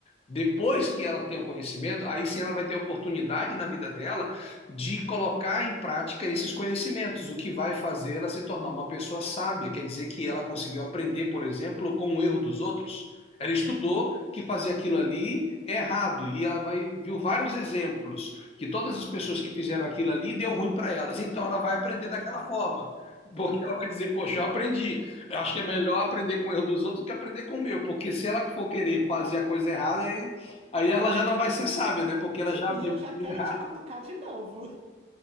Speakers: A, on the left; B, on the right.
A: Depois que ela tem o conhecimento, aí sim ela vai ter oportunidade na vida dela de colocar em prática esses conhecimentos, o que vai fazer ela se tornar uma pessoa sábia. Quer dizer que ela conseguiu aprender, por exemplo, com o erro dos outros. Ela estudou que fazer aquilo ali é errado e ela vai, viu vários exemplos que todas as pessoas que fizeram aquilo ali deu ruim para elas. Então ela vai aprender
B: Entendi,
A: daquela forma,
B: entendi.
A: porque ela vai dizer: Poxa, eu aprendi. Eu acho que
B: Hum.
A: é melhor aprender com o erro dos outros do que aprender com o meu, porque se ela for querer fazer a coisa errada, aí, aí ela já não vai ser sábia, né? Porque ela já
B: E
A: viu
B: eu
A: que
B: já
A: deu
B: quero
A: errado.
B: te cutucar de novo.